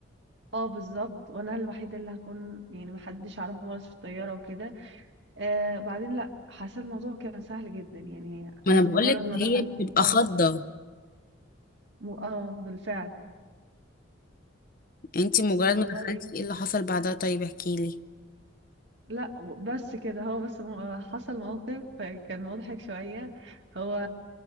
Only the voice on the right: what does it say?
اه بالظبط وانا الوحيده اللي هكون يعني محدش عارف خالص في الطياره وكده آه بعدين لا حسيت الموضوع كان سهل جدا يعني
انت
مجرد ما
دخلت
اه
م- اه بالفعل
والله
لا بس كده هو بس م- حصل موقف كان مضحك شوية هو